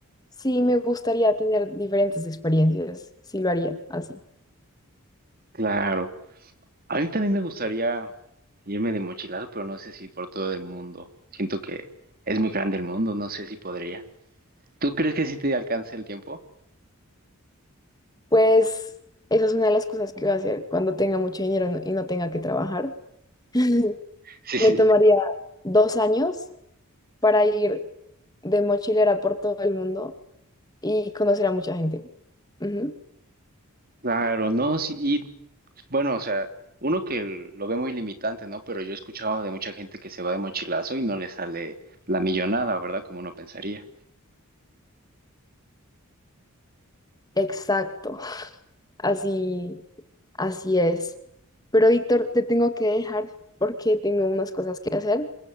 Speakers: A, on the left (about 15°); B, on the right (about 40°).
A: sí, me gustaría tener diferentes experiencias, sí lo haría así.
B: Claro. A mí también me gustaría irme de mochilazo, pero no sé si por todo el mundo. Siento que es muy grande el mundo, no sé si podría. ¿Tú crees que sí te alcance el tiempo?
A: Pues esa es una de las cosas que voy a hacer cuando tenga mucho dinero y no tenga que trabajar. <laughs>
B: Sí, sí.
A: Me tomaría dos años para ir de mochilera por todo el mundo y conocer a mucha gente. Ujú,
B: Claro, no, sí. Y bueno, o sea, uno que l- lo ve muy limitante, ¿no? Pero yo he escuchado de mucha gente que se va de mochilazo y no le sale la millonada, ¿verdad? Como uno pensaría.
A: Exacto, <laughs> así, así es. Pero Víctor, te tengo que dejar porque tengo unas cosas que hacer,